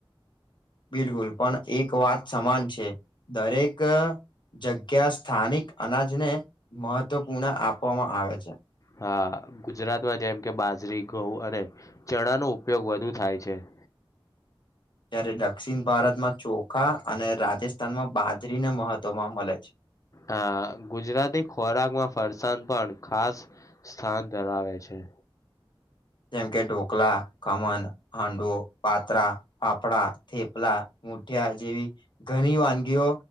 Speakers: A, on the left; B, on the left.
A: બિલકુલ. પણ એક વાત સમાન છે દરેક જગ્યા સ્થાનિક અનાજને મહત્વપૂર્ણ આપવામાં આવે છે.
B: હા, ગુજરાતમાં જેમ કે બાજરી, ઘઉં અને ચણાનો ઉપયોગ વધુ થાય છે. <inaudible>
A: જ્યારે દક્ષિણ ભારતમાં ચોખા અને રાજસ્થાનમાં બાજરીને મહત્વમાં મલે છે.
B: હા, ગુજરાતી ખોરાકમાં ફરસાણ પણ ખાસ સ્થાન ધરાવે છે.
A: જેમ કે ઢોકલા ખમણ, હાંડવો, પાત્રા, ફાફડા, થેપલા, મુઠિયા જેવી ઘણી વાનગીઓ